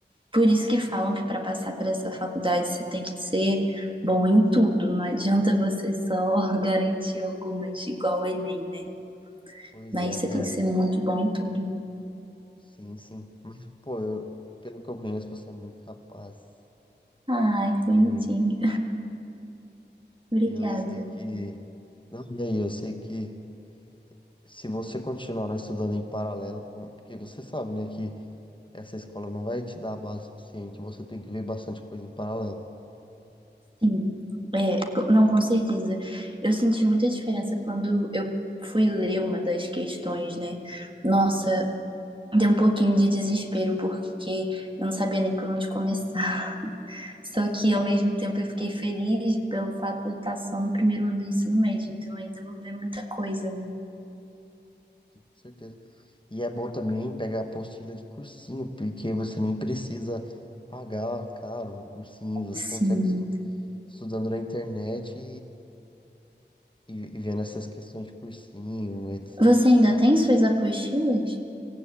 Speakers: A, on the right; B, on the left.
A: por isso que falam que para passar para essa faculdade você tem que ser bom em tudo. Não adianta você só <laughs> garantir algumas, igual o Enem, né?
B: Pois
A: Mas
B: é.
A: você
B: é
A: tem que ser muito bom em tudo.
B: Sim, sim. Mas, pô, eu- pelo que eu conheço, você é muito capaz.
A: Ai, que
B: E,
A: bonitinho. <laughs> Obrigada.
B: e eu sei que. Não, e aí, eu sei que se você continuar estudando em paralelo com. Porque você sabe, né, que essa escola não vai te dar a base suficiente. Você tem que ver bastante coisa em paralelo.
A: Sim, é, co- não, com certeza. Eu senti muita diferença quando eu fui ler uma das questões, né? Nossa, deu um pouquinho de desespero porque eu não sabia nem por onde começar. <laughs> Só que ao mesmo tempo eu fiquei feliz pelo fato de eu estar só no primeiro ano do ensino médio, então ainda vou ver muita coisa, né?
B: Com certeza. E é bom também pegar a apostila de cursinho, porque você nem precisa pagar caro um cursinho. Você
A: Sim.
B: consegue estu- estudando na internet e, e vendo essas questões de cursinho, etc.
A: Você ainda tem suas apostilas?